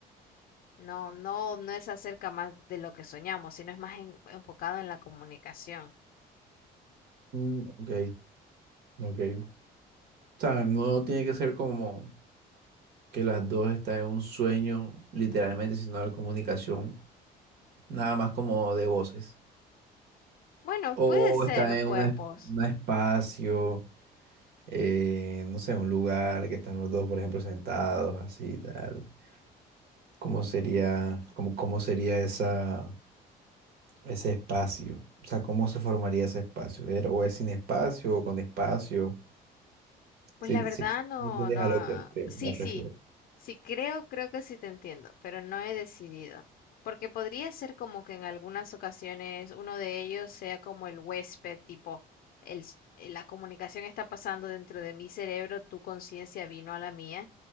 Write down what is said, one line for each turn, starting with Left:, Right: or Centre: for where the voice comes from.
Left: No, no, no es acerca más de lo que soñamos, sino es más en- enfocado en la comunicación.
Right: Mm, ok, ok. O sea, no tiene que ser como que las dos están en un sueño, literalmente, sino la comunicación. nada más como de voces.
Left: Bueno,
Right: O
Left: puede ser
Right: está en
Left: cuerpos.
Right: una un espacio, eh, no sé, un lugar que están los dos, por ejemplo, sentados, así, tal. ¿Cómo sería, cómo, cómo sería esa, ese espacio? O sea, ¿cómo se formaría ese espacio? Era- ¿O es sin espacio o con espacio?
Left: Pues
Right: Sí,
Left: la verdad
Right: sí,
Left: no,
Right: ¿me entiendes
Left: no.
Right: a lo que te-
Left: Sí,
Right: me refiero?
Left: sí. Sí creo, creo que sí te entiendo, pero no he decidido. Porque podría ser como que en algunas ocasiones uno de ellos sea como el huésped, tipo, el, s- eh, la comunicación está pasando dentro de mi cerebro, tu conciencia vino a la mía,